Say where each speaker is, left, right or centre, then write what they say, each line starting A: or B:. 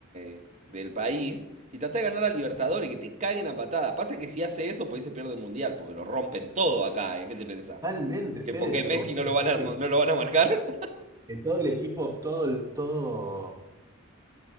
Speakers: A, on the right; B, on the right.
A: eh, del país y traté de ganar a Libertadores, que te caguen a patada. Pasa que si hace eso, pues ahí se pierde el Mundial, porque lo rompen todo acá, ¿eh? ¿Qué te pensás?
B: Totalmente,
A: ¿Que
B: Fede,
A: porque
B: pero
A: Messi
B: vos te
A: no
B: pensás
A: lo van a,
B: que,
A: no lo van a marcar? <laughs>
B: que todo el equipo, todo, el- todo,